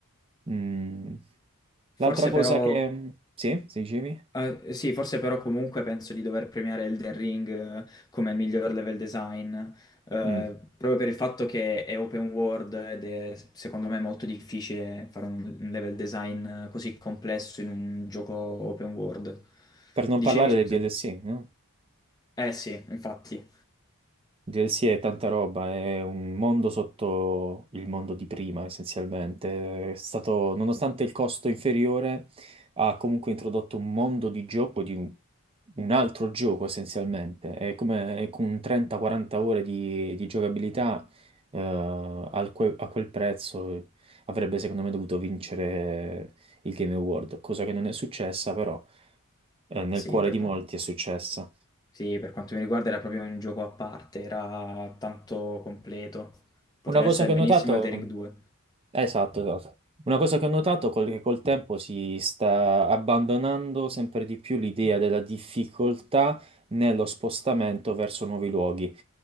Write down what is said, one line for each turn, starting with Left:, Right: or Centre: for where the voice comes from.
Right: Mm.
Left: Forse
Right: L'altra cosa
Left: però,
Right: che... Sì, si dicevi?
Left: eh, sì, forse però comunque penso di dover premiare Elden Ring eh, come il miglior level design, eh,
Right: Mm.
Left: proprio per il fatto che è open world ed è secondo me molto difficile fare un un level design eh, così complesso in un gioco open world.
Right: Per non
Left: Dicevi,
Right: parlare
Left: scusami.
Right: del DLC, no?
Left: Eh sì, infatti,
Right: DLC è tanta roba, è un mondo sotto il mondo di prima, essenzialmente. È stato, nonostante il costo inferiore, ha comunque introdotto un mondo di gioco, di un un altro gioco essenzialmente. È come è con 30-40 ore di, di giocabilità, eh, al que- a quel prezzo avrebbe secondo me dovuto vincere il Game Award, cosa che non è successa, però eh, nel
Left: sì,
Right: cuore
Left: per
Right: di
Left: quello.
Right: molti è successa.
Left: Sì, per quanto mi riguarda era proprio un gioco a parte, era tanto completo. Poteva
Right: Una cosa
Left: essere
Right: che ho
Left: benissimo
Right: notato.
Left: Elden Ring 2.
Right: Eh, Esatto, esatto. Una cosa che ho notato è che col tempo si sta abbandonando sempre di più l'idea della difficoltà nello spostamento verso nuovi luoghi.